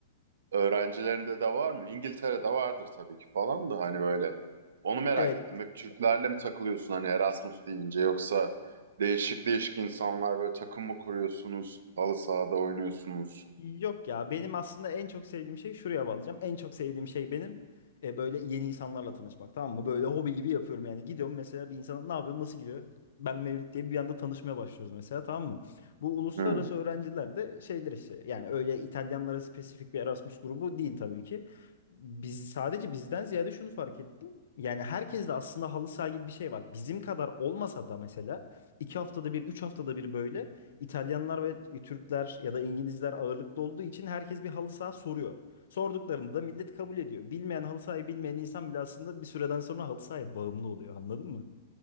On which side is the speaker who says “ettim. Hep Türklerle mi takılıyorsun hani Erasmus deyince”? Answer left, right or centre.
Right